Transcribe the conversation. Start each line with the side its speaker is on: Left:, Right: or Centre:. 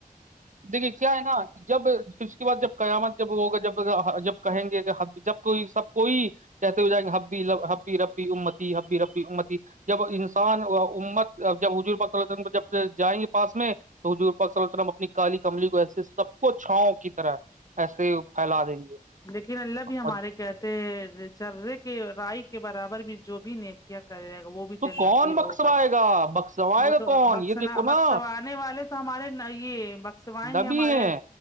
Right: دیکھیے کیا ہے نا جب پھر اس کے بعد جب قیامت جب ہوگا جب جب کہیں گے کہ جب کوئی سب کوئی کہتے ہو جائیں گے ہبی ہبی ربی امتی ہبی ربی امتی جب انسان امت جب حجور ب جب جائیں گے پاس میں تو پ سوم اپنی کالی کملی کو ایسے سب کو چھاؤں کی طرح ایسے پھیلا دیں گے
Left: لیکن اللہ بھی
Right: اور
Left: ہمارے کہتے جرے کے رائی کے برابر بھی جو بھی نہیں کیا کر جائے گا وہ بھی
Right: تو
Left: جنتی
Right: کون بکسوائے
Left: ہوگا
Right: گا بکسوائے
Left: وہ
Right: گا
Left: تو
Right: کون
Left: ب
Right: یہ دیکھو
Left: بکسوانے
Right: نا
Left: والے تو ہمارے یہ بکسوائیں
Right: نبی
Left: گے ہمارے
Right: ہیں